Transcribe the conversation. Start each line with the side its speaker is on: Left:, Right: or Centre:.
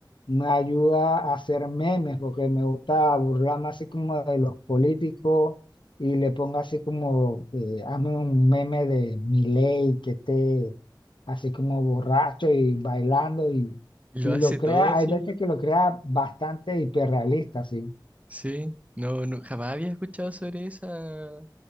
Left: me ayuda a hacer memes porque me gusta burlarme así como de los políticos y le pongo así como, eh, hazme un meme de Milei que esté así como borracho y bailando y,
Right: Lo
Left: y
Right: hace
Left: lo crea,
Right: todo,
Left: hay
Right: sí,
Left: veces
Right: ¿no?
Left: que lo crea bastante hiperrealista, sí.
Right: Sí, no, no, jamás había escuchado sobre esa